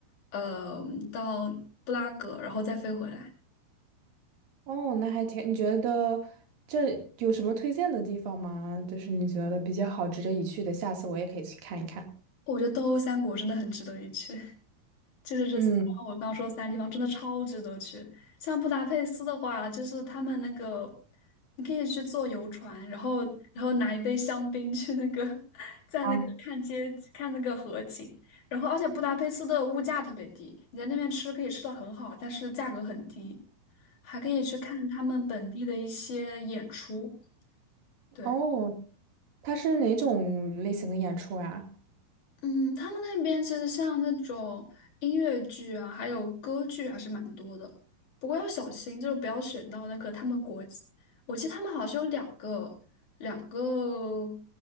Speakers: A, on the left (about 50°); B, on the right (about 65°).
A: 呃到布拉格，然后再飞回来。
B: 哦，那还挺，你觉得这有什么推荐的地方吗？就是你觉得比较好、值得一去的，下次我也可以去看一看。
A: 我觉得东欧三国真的很值得一去。就是这三我刚刚说的三个地方真的超值得去。
B: 嗯，
A: 像布达佩斯的话，就是他们那个，你可以去坐游船，然后然后拿一杯香槟去那个，<laughs> 在那个看街看那个河景。
B: 啊，
A: 然后而且布达佩斯的物价特别低，你在那边吃可以吃的很好，但是价格很低，还可以去看他们本地的一些演出。对。
B: 哦，它是哪种类型的演出啊？
A: 嗯，他们那边其实像那种音乐剧啊，还有歌剧还是蛮多的。不过要小心，就是不要选到那个他们国际我记得他们好像是有两个、两个、